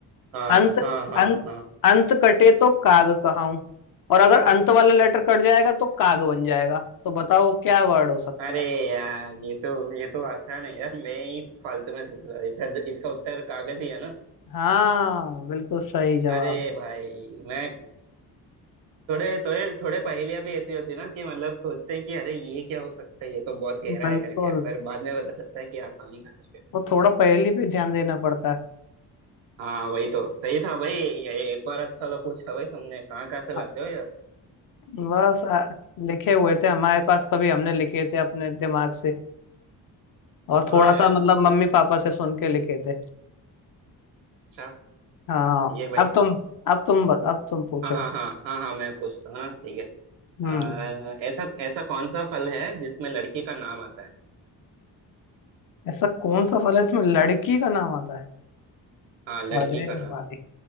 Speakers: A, on the right; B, on the left.
A: हाँ
B: अंत
A: हाँ हाँ
B: अंत
A: हाँ
B: अंत कटे तो काग कहाऊं और अगर अंत वाला लेटर कट जाएगा तो काग बन जाएगा तो बताओ क्या वर्ड हो सकता
A: अरे
B: है
A: यार ये तो ये तो आसान है यार मैं ही फालतू में सोच रहा था इसका इसका उत्तर कागज ही है ना
B: हाँ बिल्कुल सही जवाब
A: अरे भाई मैं थोड़े थोड़े थोड़े पहेलियां भी ऐसी होती है ना कि मतलब सोचते हैं कि अरे ये क्या हो सकता है ये तो बहुत गहरा
B: बिल्कुल
A: है करके पर बाद में पता चलता है कि आसान था करके
B: वो थोड़ा पहेली पे ध्यान देना पड़ता है
A: हाँ वही तो सही था भाई ये- एक बार अच्छा वाला पूछा भाई तुमने कहाँ कहाँ से लाते
B: अ-
A: हो
B: बस अ, लिखे हुए थे हमारे पास कभी हमने लिखे थे अपने दिमाग से और
A: वाह
B: थोड़ा
A: यार
B: सा मतलब मम्मी पापा से सुन के लिखे थे
A: अच्छा
B: हाँ
A: सही है भाई
B: अब तुम अब तुम ब- अब तुम पूछो
A: हाँ हाँ हाँ हाँ हाँ मैं पूछता हूँ ना ठीक है
B: हम्म
A: अ, ऐसा ऐसा कौन सा फल है जिसमें लड़की का नाम आता है
B: ऐसा कौन सा फल है जिसमें लड़की का नाम आता है
A: हाँ लड़की
B: अरे
A: का नाम
B: भाई